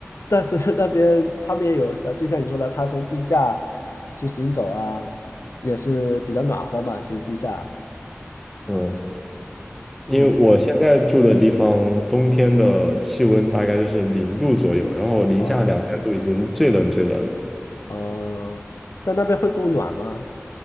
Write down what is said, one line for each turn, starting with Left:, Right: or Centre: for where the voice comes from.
Left: 但是那边他们也有，像就像你说的，他从地下去行走啊，也是比较暖和嘛。其实地下，
Centre: 嗯，因为我现在住的地方，
Left: 嗯，
Centre: 冬天的气温大概就是零度左右，然后零下两三度已经最冷最冷了。
Left: 啊，呃，但那边会供暖吗？